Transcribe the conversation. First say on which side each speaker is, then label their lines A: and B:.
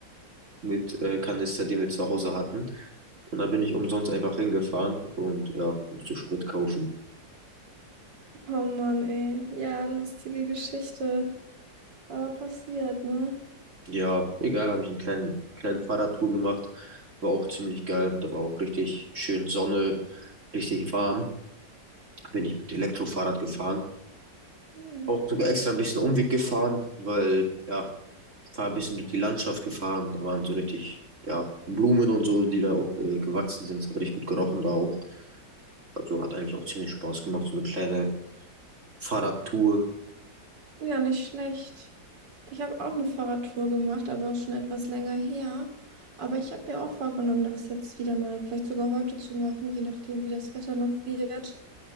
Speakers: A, on the right; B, on the right.
A: mit äh, Kanister, den wir zu Hause hatten. Und da bin ich umsonst einfach hingefahren und ja, musste Sprit kaufen.
B: Oh Mann, ey. Ja, lustige Geschichte. Aber passiert, ne?
A: Ja, egal, habe ich einen kleinen, kleinen Fahrradtour gemacht. War auch ziemlich geil. Da war auch richtig schön Sonne, richtig warm. Bin ich mit Elektrofahrrad gefahren.
B: Mhm.
A: Auch sogar extra ein bisschen Umweg gefahren, weil, ja, war ein bisschen durch die Landschaft gefahren. Da waren so richtig, ja, Blumen und so, die da auch äh, gewachsen sind. Es hat richtig gut gerochen da auch. Also hat eigentlich auch ziemlich Spaß gemacht, so eine kleine Fahrradtour.
B: Ja, nicht schlecht. Ich habe auch eine Fahrradtour gemacht, aber schon etwas länger her. Aber ich habe mir auch vorgenommen, das jetzt wieder mal, vielleicht sogar heute zu machen, je nachdem, wie das Wetter noch wird.